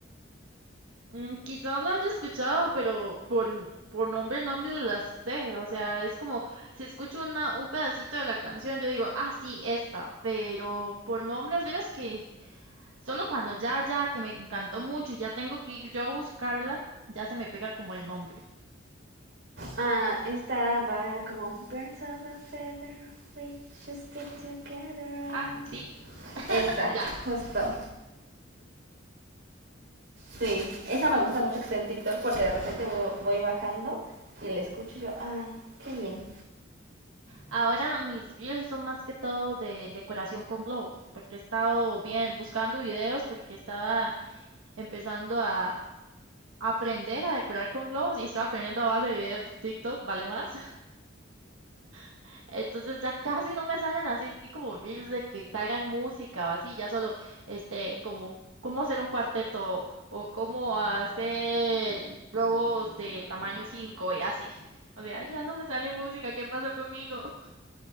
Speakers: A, on the right; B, on the right.
A: Mm, quizás la haya escuchado, pero por, por nombre no me la sé. O sea, es como si escucho una, un pedacito de la canción, yo digo, ah, sí, esta. Pero por nombres, verás que solo cuando ya, ya, que me encantó mucho y ya tengo que ir yo a buscarla, ya se me pega como el nombre.
B: Ah, esta va como Birds of a Feather, we should stick together,
A: Ah,
B: I know.
A: sí,
B: Esa,
A: <laughs> ya.
B: justo. Sí, esa me gusta mucho que esté en TikTok porque de repente voy bajando y la escucho y yo, ay, qué bien.
A: Ahora mis reels son más que todo de decoración con globos, porque he estado bien buscando videos, porque estaba empezando a, aprender a decorar con globos y estoy aprendiendo a base de videos de TikTok, ¿vale más? <laughs> Entonces ya casi no me salen así como reels de que salgan música o así, ya solo este como cómo hacer un cuarteto o cómo hacer globos de tamaño 5 y así. O sea, ya no me sale música, ¿qué pasó conmigo? <laughs>